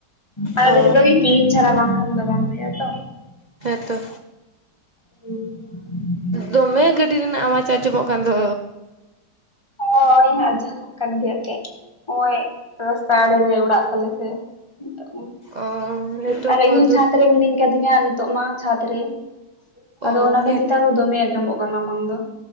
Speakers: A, on the left; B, on the right.
A: ᱟᱞᱮ
B: ᱚ
A: ᱫᱚ ᱡᱚᱛᱚ ᱜᱮ ᱠᱤᱨᱤᱧ ᱪᱷᱟᱨᱟ ᱵᱟᱝᱠᱷᱟᱱ ᱫᱚ ᱵᱟᱝ ᱦᱩᱭᱩᱜᱼᱟ ᱛᱚ
B: ᱦᱮᱸᱛᱚ
A: <inaudible>
B: ᱫᱚᱢᱮ ᱜᱟᱹᱰᱤ ᱨᱮᱱᱟᱜ ᱟᱣᱡ ᱟᱸᱡᱚᱢᱚᱜ ᱠᱟᱱ ᱫᱚ
A: ᱦᱳᱭ ᱟᱸᱡᱚᱜ ᱠᱟᱱ ᱜᱮᱭᱟ ᱛᱮᱜ ᱚᱭᱮᱜ ᱨᱟᱥᱛᱟ ᱟᱲᱮᱨᱮ ᱚᱲᱟᱜ ᱛᱟᱞᱮ ᱥᱮ ᱱᱤᱛᱚᱜ ᱢᱟ
B: ᱚ ᱱᱮᱴᱣᱟᱨᱠ
A: ᱟᱨ
B: ᱠᱚ
A: ᱤᱧ ᱦᱚᱸ
B: ᱫᱩᱨ
A: ᱪᱷᱟᱸᱫᱽ ᱨᱮ ᱢᱤᱱᱟᱹᱧ ᱠᱟᱫᱤᱧᱟ ᱱᱤᱛᱚᱜ ᱢᱟ ᱪᱷᱟᱫᱽ ᱨᱮ ᱟᱫᱚ
B: ᱚ
A: ᱚᱱᱟ
B: ᱦᱮᱸ
A: ᱠᱷᱟᱹᱛᱤᱨ ᱫᱚᱢᱮ ᱟᱸᱡᱚᱢᱚᱜ ᱠᱟᱱᱟ ᱵᱟᱝ ᱫᱚ